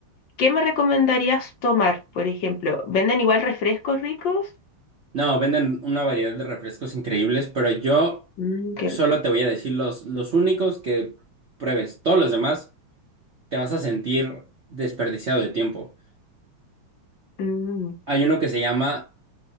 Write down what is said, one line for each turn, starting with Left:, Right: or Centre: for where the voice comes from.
Left: ¿Qué me recomendarías tomar, por ejemplo? ¿Venden igual refrescos ricos?
Right: No, venden una variedad de refrescos increíbles, pero yo
Left: Mm, qué
Right: solo
Left: rico.
Right: te voy a decir los, los únicos que pruebes. Todos los demás te vas a sentir desperdiciado de tiempo.
Left: Mm,
Right: Hay uno que se llama